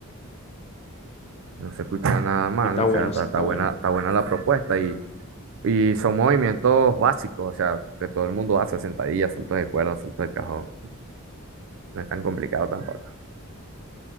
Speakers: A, on the right (about 60°); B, on the left (about 30°).
A: no se escucha nada mal,
B: Sí, está
A: o
B: bueno,
A: sea, está,
B: sí,
A: está
B: está
A: buena,
B: bueno.
A: está buena la propuesta y Y son movimientos básicos, o sea, que todo el mundo hace, sentadillas, saltos de cuerda, saltos de cajón. No es tan complicado tampoco.